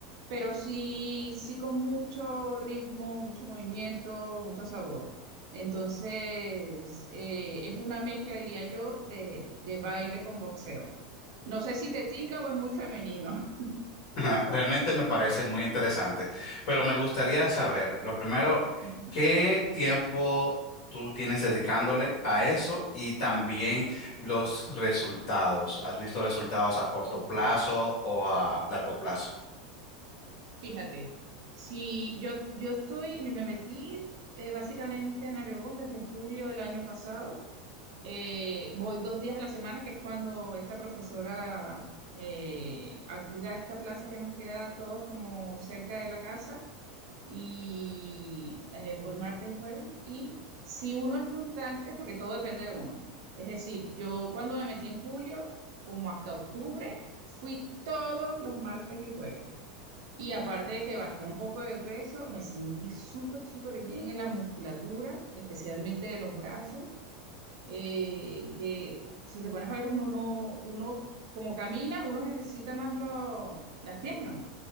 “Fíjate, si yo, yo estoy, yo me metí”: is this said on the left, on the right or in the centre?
Right